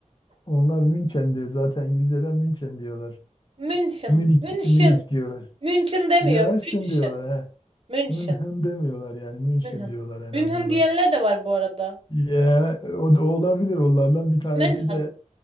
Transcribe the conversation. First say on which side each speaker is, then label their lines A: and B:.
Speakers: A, on the left; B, on the right.
A: onlar München diyor zaten İngilizceden München diyorlar.
B: Münşin.
A: Münih
B: Münşin.
A: Münih diyorlar.
B: Münşin demiyor.
A: Ya şimdi
B: Münşin.
A: diyorlar he.
B: Münşin.
A: Münhen demiyorlar yani München
B: Münhın.
A: diyorlar en
B: Münhın
A: azından.
B: diyenler de var bu arada.
A: Ya o da olabilir onlardan bir tanesi
B: Münhın.
A: de